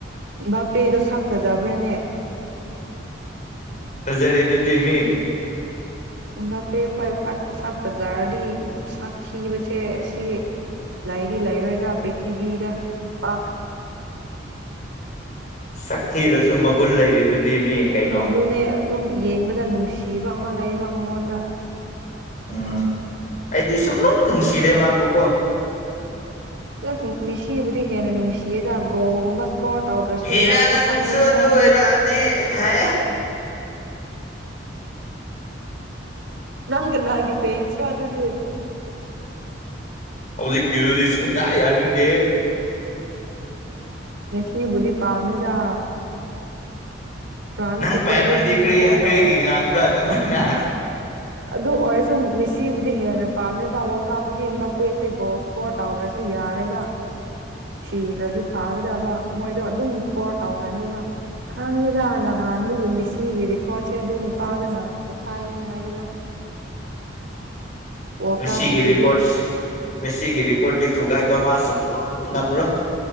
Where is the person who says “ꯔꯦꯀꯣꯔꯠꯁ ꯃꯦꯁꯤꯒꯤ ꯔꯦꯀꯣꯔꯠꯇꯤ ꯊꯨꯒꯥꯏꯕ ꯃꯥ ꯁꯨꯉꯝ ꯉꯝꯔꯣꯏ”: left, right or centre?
Left